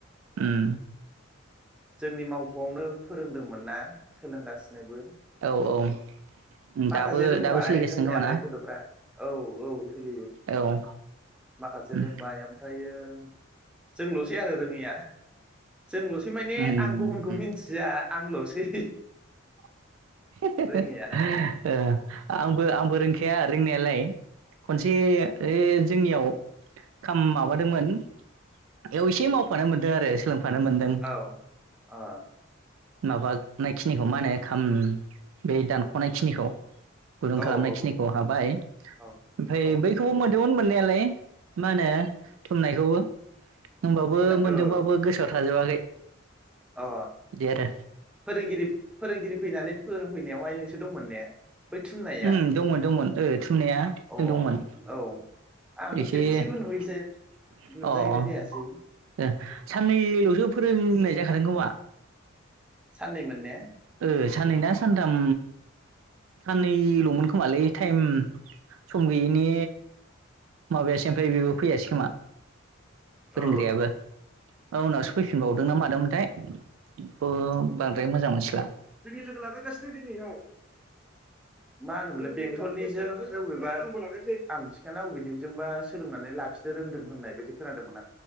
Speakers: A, on the right (about 75°); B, in the centre.
A: उम
B: जोंनि मावख'आवनो फोरोंदोंमोन ना सोलोंगासिनोबो।
A: औ औ।
B: माखासे
A: दाबो
B: रोंबाय
A: दाबो सोलिगासिनो
B: रोंनायालाय
A: खोमा ना
B: गथ'फ्रा औ औ सोलियो
A: औ
B: माखासे
A: उम
B: रोंबाय ओमफ्रायो जोंल'सै आरो रोङिया। जोंल'सै माने
A: उम
B: आं गुबुनखौ मिनथिया। आंल'सै
A: <unintelligible>
B: रोङिया
A: आंबो आंबो रोंखाया रोंनायालाय। खनसे ओ जोंनियाव <unintelligible> माबादोंमोन बेयाव एसे माव फानो मोनदों आरो सोलोंफानो मोनदों
B: औ औ
A: माबानाय। खिनिखौ मा होनो खाम। बे दानखनायखिनिखौ गुदुं
B: औ
A: खालामनायखिनिखौ
B: औ
A: हाबाय
B: औ
A: ओमफ्राय
B: औ
A: बैखौबो मोन दोमोन मोननायालाय मा होनो थुमनायखौबो। होमबाबो
B: थुनलाइ
A: मोनदोंबाबो
B: ओ
A: गोसोआव था थाजोबाखै।
B: अ ओ
A: बिदि आरो
B: फोरोंगिरि फोरोंगिरि फैनानै फोरों फैनायावहाय नोंसोर दंमोन ने? बै थुननाया
A: उम दंमोन दंमोन ओ थुमनाया
B: अ
A: जों दंमोन
B: औ आंथ'
A: एसे
B: खेनसेबो
A: अ
B: नुहैजाया नुजाहैनाय
A: अ ओ
B: जायासै
A: साननैलसो फोरोंनाय जा खादों खोमा
B: साननैमोन ने?
A: ओ साननै ना सानथाम साननैलमोन
B: औ
A: खोमालै। टाइम सम गैयैनि माबायासै ओमफ्राय बेबो फैयासै खोमा फोरोंग्रायाबो
B: औ
A: उनावसो फैफिनबावदों ना मादोंमोनथाय बेखौ बांद्राय
B: अ
A: मोजां मोनथिला
B: जोंनि लोगो लाबोगासिनो दिनै औ। मा होनोमोनलाय बेंथलनिजों बबेबा आमथिखा ना बबेनि जोंबा सोलोंनानै लाखिनो रोंदों होननाय बायदि खोनादोंमोन